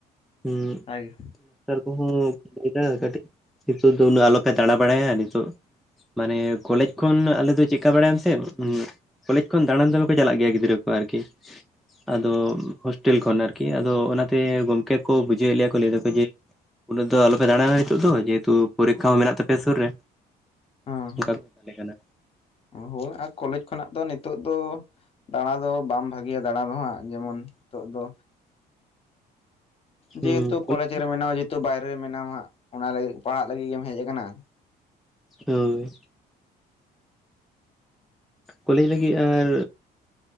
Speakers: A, in the centre; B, on the left.
A: ᱦᱩᱸ
B: ᱵᱷᱟᱜᱮ
A: ᱢᱟᱥᱴᱟᱨ ᱠᱚ ᱦᱚᱸ ᱦᱚᱭ ᱫᱟ ᱠᱟᱹᱴᱤᱡ ᱱᱤᱛᱚᱜ ᱫᱚ ᱩᱱᱟᱹᱜ ᱟᱞᱚᱯᱮ ᱫᱟᱲᱟ ᱵᱟᱲᱟᱭᱟ ᱱᱤᱛᱚᱜ ᱢᱟᱱᱮ ᱠᱚᱞᱮᱡ ᱠᱷᱚᱱ ᱟᱞᱮᱫᱚ ᱪᱮᱫᱞᱮᱠᱟ ᱵᱟᱲᱟᱭᱟᱢ ᱥᱮ ᱠᱚᱞᱮᱡᱽ ᱠᱷᱚᱱ ᱫᱟᱬᱟᱱ ᱫᱚᱢᱮ ᱠᱚ ᱪᱟᱞᱟᱜ ᱜᱮᱭᱟ ᱜᱤᱫᱽᱨᱟᱹ ᱠᱚ ᱟᱨᱠᱤ ᱟᱫᱚ ᱦᱳᱥᱴᱮᱞ ᱠᱷᱚᱱ ᱟᱨᱠᱤ ᱟᱫᱚ ᱚᱱᱟᱛᱮ ᱜᱚᱝᱠᱮ ᱠᱚ ᱵᱩᱡᱷᱟᱹᱣ ᱮ ᱞᱮᱭᱟ ᱠᱚ ᱞᱟᱹᱭ ᱫᱟᱠᱚ ᱡᱮ ᱩᱱᱟᱹᱜ ᱫᱚ ᱟᱞᱚᱯᱮ ᱫᱟᱲᱟᱱᱟ ᱱᱤᱛᱚᱜ ᱫᱚ ᱡᱮᱦᱮᱛᱩ ᱯᱚᱨᱤᱠᱷᱟ ᱦᱚᱸ ᱢᱮᱱᱟᱜ ᱛᱟᱯᱮᱭᱟ ᱥᱩᱨ ᱨᱮ
B: ᱦᱮᱸ
A: ᱚᱱᱠᱟ ᱠᱟ ᱢᱮᱛᱟᱞᱮ ᱠᱟᱱᱟ
B: ᱦᱳᱭ ᱟᱨ ᱠᱚᱞᱮᱡᱽ ᱠᱷᱚᱱᱟᱜ ᱫᱚ ᱱᱤᱛᱚᱜ ᱫᱚ ᱫᱟᱬᱟ ᱫᱚ ᱵᱟᱢ ᱵᱷᱟᱹᱜᱤᱭᱟ ᱫᱟᱬᱟ ᱫᱚ ᱦᱟᱸᱜ ᱡᱮᱢᱚᱱ ᱱᱤᱛᱚᱜ ᱫᱚ
A: ᱦᱩᱸ
B: ᱡᱮᱦᱮᱛᱩ
A: ᱦᱳᱭ
B: ᱠᱚᱞᱮᱡᱽ ᱨᱮ ᱢᱮᱱᱟᱢᱟ ᱡᱮᱦᱮᱛᱩ ᱵᱟᱭᱨᱮ ᱨᱮ ᱢᱮᱱᱟᱢᱟ ᱦᱟᱸᱜ ᱚᱱᱟ ᱞᱟᱹᱜᱤᱫ ᱯᱟᱲᱦᱟᱜ ᱞᱟᱹᱜᱤᱫ ᱜᱮᱢ ᱦᱮᱡ ᱟᱠᱟᱱᱟ ᱾
A: ᱦᱳᱭ ᱠᱚᱞᱮᱡᱽ ᱞᱟᱹᱜᱤᱫ ᱟᱨ